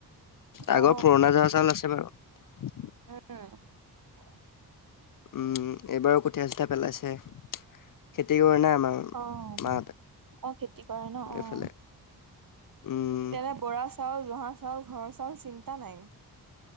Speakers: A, on the left (about 55°); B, on the right (about 55°).
A: আগৰ
B: অ
A: পুৰণা জহা চাউল আছে বাৰু।
B: উম!
A: উম, এইবাৰো কঠীয়া, চঠিয়া পেলাইছে। খেতি কৰে নাই? আমাৰ
B: অ'!
A: মাহঁতে
B: অ'! খেতি কৰে ন'? অ'!
A: এইফালে উম
B: তেনে, বৰা চাউল, জহা চাউল, ঘৰ চাউল চিন্তা নাই।